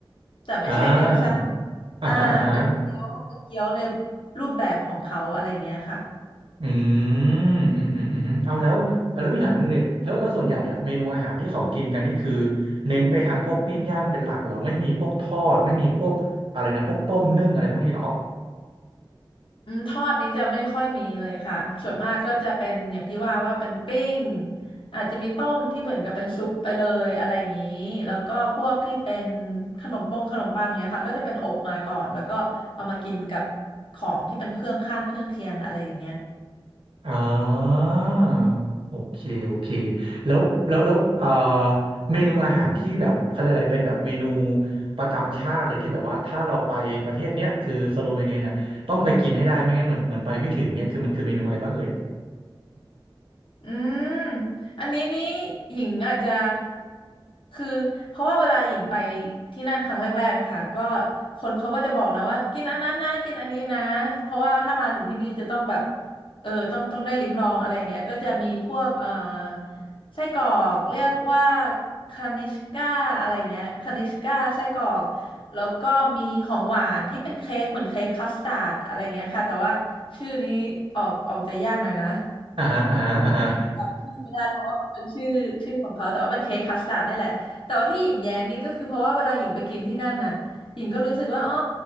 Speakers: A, on the left; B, on the right.
A: แต่ไม่ใช่เกี๊ยวซ่า
B: อ่าอ่าฮะอ่าฮะ
A: อ่าเป็นเกี๊ยวเป็นเกี๊ยวในรูปแบบของเขาอะไรอย่างเงี้ยค่ะ
B: อืมอืมอืมอืมเอาแล้วแล้วพี่ถามนิดนึงเนี่ยแล้วแล้วส่วนใหญ่อะเมนูอาหารที่เขากินกันนี่คือเน้นไปทางพวกปิ้งย่างเป็นหลักเหรอไม่มีพวกทอดไม่มีพวกอะไรนะพวกต้มนึ่งอะไรพวกนี้เหรอ
A: อืมทอดนี้จะไม่ค่อยมีเลยค่ะ ส่วนมากก็จะเป็นอย่างที่ว่าว่าเป็นปิ้งอาจจะมีต้มที่เหมือนกับเป็นซุปไปเลยอะไรอย่างนี้แล้วก็พวกที่เป็นขนมปงขนมปังเนี้ยค่ะ ก็จะเป็นอบมาก่อนแล้วก็เอามากินกับของที่เป็นเครื่องข้างเครื่องเคียงอะไรอย่างเงี้ย
B: อ่าโอเคโอเคแล้วแล้วแล้วเอ่อเมนูอาหารที่แบบเขาเรียกอะไรเป็นแบบเมนูประจำชาติเลยที่แบบว่าถ้าเราไปประเทศเนี้ยคือสโลเวเนียเนี่ยต้องไปกินให้ได้ไม่งั้นเหมือนเหมือนไปไม่ถึงเนี่ยคือมันคือเมนูอะไรบ้างเอ่ย
A: อืมอันนี้นี่หญิงอาจจะคือเพราะว่าเวลาหญิงไปที่นั่นครั้งแรกๆอะค่ะก็คนเขาก็จะบอกนะว่ากินอันนั้นนะกินอันนี้นะเพราะว่าถ้ามาถึงที่นี่จะต้องแบบเออต้องต้องได้ลิ้มลองอะไรอย่างเงี้ยก็จะมีพวกเอ่อไส้กรอกเรียกว่าคานิชก้าอะไรอย่างเงี้ยคานิชก้าไส้กรอกแล้วก็มีของหวานที่เป็นเค้กเหมือนเค้กคัสตาร์ดอะไรอย่างเงี้ยค่ะแต่ว่าชื่อนี้ออกออกจะยากหน่อยนะ
B: อ่าฮะอ่าฮะอ่าฮะ
A: <laughs> จำชื่อไม่ได้เพราะว่ามันเป็นชื่อชื่อของเขาแต่ว่าเป็นเค้กคัสตาร์ดนี่แหละแต่ว่าที่หญิงแย้งนี่ก็คือเพราะว่าเวลาหญิงไปกินที่นั่นน่ะหญิงก็รู้สึกว่าอ๋อ